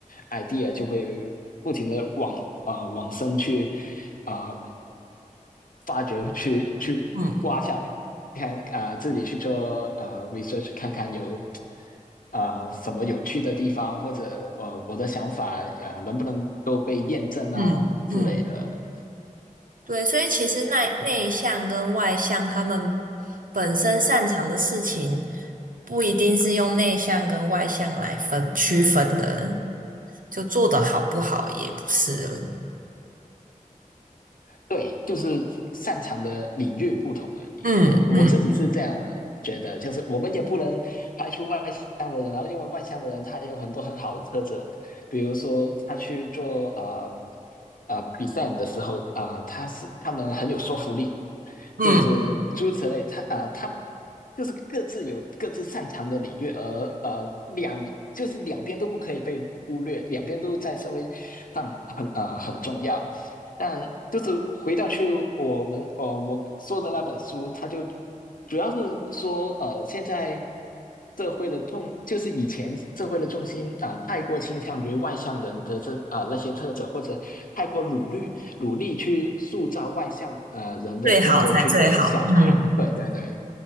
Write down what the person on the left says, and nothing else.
idea，就会不停的往呃往深去啊、呃发掘，去去刮下去，
看啊、呃自己去做呃 research，看看有啊、呃什么有趣的地方，或者呃我的想法啊、呃能不能够被验证啊之类的。
对，就是擅长的领域不同而已。
我我自己是这样觉得，就是我们也不能排除外向的人，然后因为外向的人他有很多很好的特质，比如说他去做呃呃 present 的时候啊、呃他是他们很有说服力，
就是诸如此类。他啊、呃他们就是各自有各自擅长的领域，而呃两就是两边都不可以被忽略，两边都在社会上很呃很重要。但就是回到去我们呃我说的那本书，它就主要是说呃现在社会的重就是以前社会的重心啊、太过倾向于外向人的这啊、那些特质，或者太过努力努力去塑造外向呃人的特质去给小孩，
对对对。